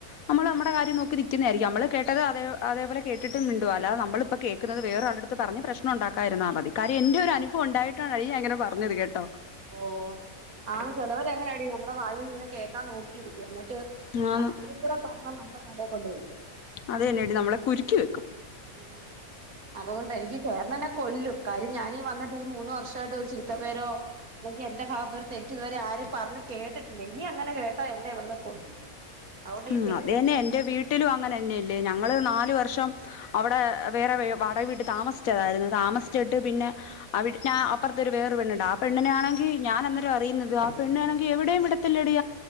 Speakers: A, on the left; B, on the right.
A: നമ്മൾ നമ്മടെ കാര്യം നോക്കി നിക്കുന്നതാരിക്കും നമ്മള് കേട്ടത് അതേ അതേപോലെ കേട്ടിട്ട് മിണ്ടുവാ അല്ലാത നമ്മള് ഇപ്പം കേൾക്കുന്നത് വേറെ ആളടുത്ത് പറഞ്ഞ് പ്രശ്നം ഉണ്ടാക്കാതിരുന്നാ മതി കാര്യം എന്റെ ഒരു അനുഭവം ഉണ്ടായി <unintelligible> അങ്ങനെ പറഞ്ഞത് കേട്ടോ
B: ഓ ആ ചെലവരങ്ങനാടി നമ്മുടെ വായിന്ന് ഇങ്ങനെ കേൾക്കാൻ നോക്കിയിരിക്കുവ <unintelligible> ട്ട്
A: ആന്ന്
B: അവരും കൂടെ പറഞ്ഞത് നമ്മളെ തലയിൽ കൊണ്ടുവെക്കും
A: അതന്നെടി നമ്മളെ കുരുക്കി വെയ്ക്കും
B: ഉം അതുകൊണ്ട് എനിക്കി ചേട്ടൻ എന്നെ കൊല്ലും കാര്യം ഞാനീ വന്നിട്ട് ഈ മൂന്ന് വർഷമായിട്ട് ഒരു ചീത്ത പേരോ അല്ലെങ്കി എന്റെ ഭാഗത്ത് നിന്ന് ഒരു തെറ്റ് ഇതുവരെ ആരും പറഞ്ഞ് കേട്ടിട്ടില്ല ഇനി അങ്ങനെ കേട്ടാ എന്നെ ഇവിടുന്ന് കൊല്ലും അതുകൊണ്ട് ഈ
A: ഉം
B: പേടി
A: അതെന്നെ എന്റെ വീട്ടിലും അങ്ങനെ തന്നെയല്ലേ ഞങ്ങള് നാല് ല് വർഷം അവിടെ വേറെ വാടക വീട്ടിൽ താമസിച്ചതായിരുന്നു. താമസിച്ചിട്ട് പിന്നെ ആ വീട്ടി ഞാൻ അപ്പുറത്ത് ഒരു വേറൊരു പെണ്ണുണ്ട് ആഹ് പെണ്ണിനെ ആണെങ്കിൽ ഞാൻ അന്നേരം അറിയുന്നത് ആഹ് പെണ്ണാണെങ്കിൽ എവിടെയും വിടത്തില്ലെടി